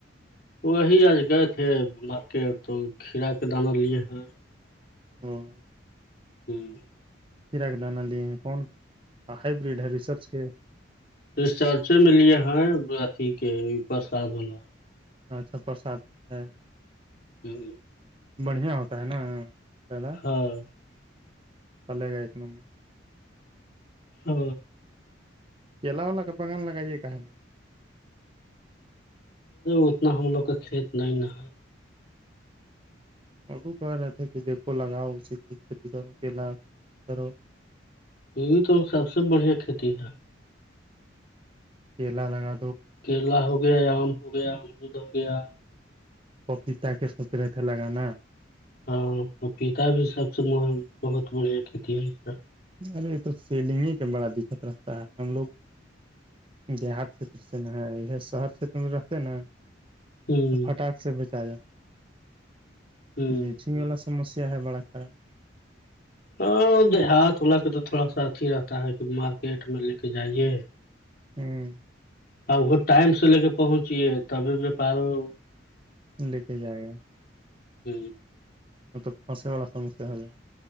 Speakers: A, on the left; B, on the right.
A: وہی آج گئے تھے مارکیٹ تو کھیرا کے دانہ لیے ہیں
B: ہوں
A: ہوں
B: ہرا کے دانہ لیے ہیں کون ہائیبریڈ ہے ریسرچ کے <unintelligible>
A: اس چرچے میں لیے ہا اھی کے پرساد واللا
B: اچھا پرساد کے ہے
A: ہوں ہ <inaudible>
B: بڑھیا ہوتا ہے نا پائدہ
A: ہاں
B: پلے گ ایک نمبر
A: ہ
B: چلاؤ ولا کا بان لگاائی یہ کہنا
A: اتنا ہم لوگ کا کھیت ن نا
B: اگو کہہ رہے تھے کہ دھو لگاؤ اسی کو کھیتی کرو کیلا کی کھیتی کرو
A: یہ بھی تو سب سے بڑھیا کھیتی ہے
B: پی ل تگا
A: کیرلا ہو گیا عم ہو گیا ارود ہو گیا
B: پپیتا کے سوچ رہے تھے لگانا
A: ہاں پپیتا بھی سب سے م بہت بڑھیا کھیتی ہے اس
B: ارے تو سیلنگے کا بڑا دقت رہتا ہے ہم لوگ دیہات چھیر سے ن ہے یہ شہر چھیتر میں رہتے نا
A: ہ
B: تو پٹااک سے بیچا جاتا ہے
A: ہ
B: بیچنگ
A: ہ
B: والا سمسیا ہے بڑا خراب
A: ہاں دیہات ولا کے تو تھوڑا سا اھی رہتا ہے کہ مارکیٹ میں لے کے جائیے
B: ہوں
A: اب وہ ٹائم سے لے کے پہنچی ہے تبھی وپاروں
B: لے کے جائے گا
A: ہ
B: م توب پھنسے والا سمسیا ہو جائے گا